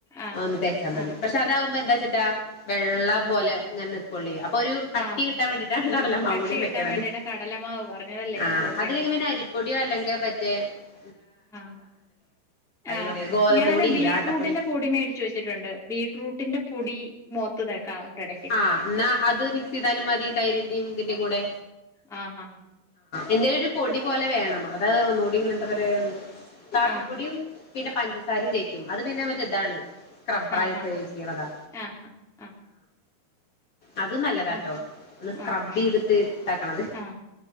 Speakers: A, in the centre; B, on the left (about 40°).
A: ആഹ്
B: ഒന്ന് തേച്ചാ മതി
A: ആഹ്
B: പശെ അതാവുമ്പോ എന്താ <unintelligible> ട്ടാ വെള്ളപോലെ
A: ആഹ്
B: ഇങ്ങനെ നി പൊള്ളിയ <unintelligible> ഒരു കട്ടി
A: ആഹ്
B: കിട്ടാൻ വേണ്ടിട്ടാണ് കടലമാവു
A: കട്ടി
B: കൂടി
A: കിട്ടാൻ
B: വെക്കണ്ണത്
A: വേണ്ടിയാണ്
B: <unintelligible>
A: കടലമാവ് പറഞ്ഞതല്ലേ ഓക്കെ
B: അതിലേക്ക് പിന്നെ അരിപ്പൊടിഓ അല്ലെങ്കേ ബ <unintelligible>
A: ആ ആ
B: പറയാ ഗോതമ്പ്
A: ഞാന്
B: പൊടി
A: ബീറ്റ്റൂട്ടിന്റെ
B: ഇല്ലേ ആട്ടപ്പൊടി
A: പൊടി മേടിച്ചിവേച്ചിട്ടുണ്ട് ബീറ്റ്റൂട്ടിന്റെ പൊടി മുഖത്ത് തെക്കാറുണ്ട് ഇട
B: ആ ന്നാ മിക്സ്‌ ചെയ്താലും മതി തൈരിന്റെം ഇതി ന്റേം കൂടെ
A: ആ ആ
B: എന്തലൊരു പൊടി പോലെ വേണം അതാ ഒന്നു ടിം എന്തുട്ടാ പറയാ
A: ആഹ്
B: കാപ്പിപ്പൊടിം
A: ആഹ്
B: പിന്നെ പഞ്ചസാരേം തെക്കും അത് പിന്നെ മറ്റേ ഇതാണ് സ്ക്രബർ
A: ആഹ്
B: ആയിട്ട് യൂസ് ചെയ്യണതാ
A: ആഹ് ആഹ് ആഹ്
B: അതും നല്ലതാട്ടോ
A: ആഹ്
B: ഒന്ന് സ്ക്രബ്
A: ആഹ് ആഹ്
B: എയ്തിട്ട് തേക്കണത്
A: ആഹ്